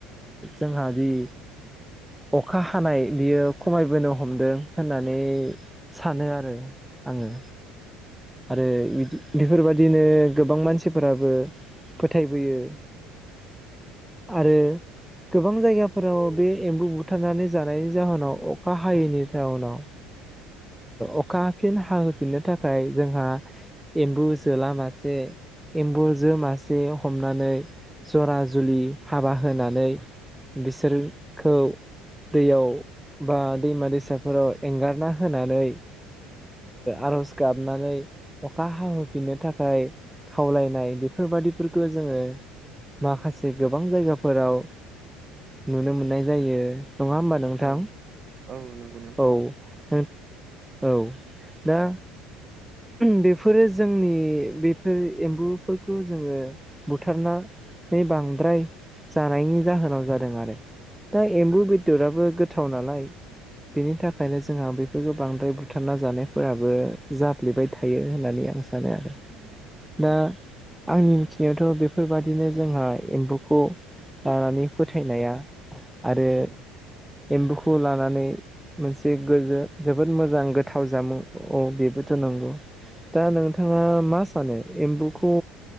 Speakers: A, in the centre; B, on the right.
A: जोंहा दि अखा हानाय बियो खमायबोनो हमदों होननानै सानो आरो आंङो आरोदि बेफोरबादिनो गोबां मानसिफोराबो फोथायबोयो आरो गोबां जायगाफोराव बे एम्बु बुथ हाबथानानै जानायनि जाहोनाव अखा हायैनि जाहनाव अखा फिन हाहोफिननो थाखाय जोंहा एम्बु सोला मसे एम्बुजों मासे हमनानै जरा जुलि हाबा होनानै बिसोरखौ दैयाव बा दैमा दैसाफोराव एंगारना होनानै आर'ज गाबनानै अखा हाहोफिननो थाखाय खावलायनाय बेफोरबादिफोरखौ जोङो माखासे गोबां जायगाफोराव नुनो मोननाय जायो नङा होमबा नोंथां
B: औ औ नंगौ नोंथां
A: औ न औ दा बेफोरो जोंनि बेफोर एम्बुफोरखौ जोङो बुथारनानै बांद्राय जानायनि जाहोनाव जादों आरो दा
B: औ
A: एम्बु बेदराबो गोथाव नालाय बेनि थाखायनो जोंहा बेफोरो बांद्राय बुथारना जानायफोराबो जाफ्लेबाय थायो होननानै आं सानो आरो
B: औ
A: दा आंनि मिथिनायावथ' बेफोरबादिनो जोंहा एम्फौखौ लानानै फोथायनाया आरो
B: औ
A: एम्बुखौ लानानै मोनसे गोजो जोबोद मोजां गोथाव जामुं औ बेबोथ' नंगौ दा नोंथाङा मा सानो एम्बुखौ